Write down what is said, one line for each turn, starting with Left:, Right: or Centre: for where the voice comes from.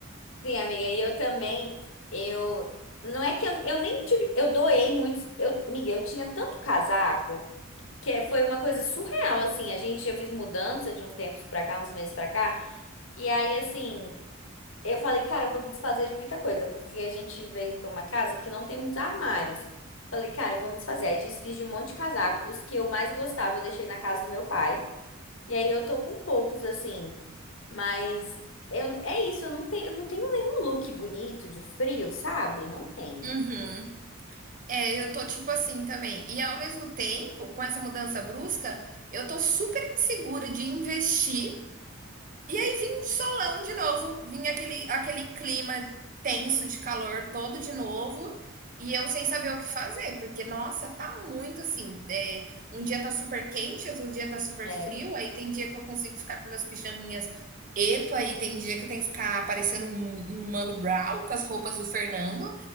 Left: Sim, amiga, e eu também, eu, não é que eu, eu nem tive, eu doei muitos, eu, amiga, eu tinha tanto casaco, Que é- foi uma coisa surreal, assim. A gente, eu fiz mudança de uns tempos pra cá, uns meses pra cá. E aí, assim, eu falei, cara, eu vou me desfazer de muita coisa, porque a gente veio pra uma casa que não tem muitos armários. Falei, cara, eu vou me desfazer. Aí desfiz de um monte de casaco. Os que eu mais gostava, eu deixei na casa do meu pai. E aí eu tô com poucos, assim. Mas eu, é isso, eu não tenho, eu não tenho nenhum look bonito de frio, sabe? Não tenho.
Right: Uhum. É, eu tô tipo assim também. E ao mesmo tempo, com essa mudança brusca, eu tô super insegura de investir. E aí vim um solão de novo, vim aquele, aquele clima tenso de calor todo de novo. E eu sem saber o que fazer, porque, nossa, tá muito assim. é, um dia tá super quente, outro dia tá super
Left: É,
Right: frio. Aí tem dia que eu consigo ficar com meus pijaminhas epa, e tem dia que eu tenho que ficar parecendo um, um Mano Brown com as roupas do Fernando.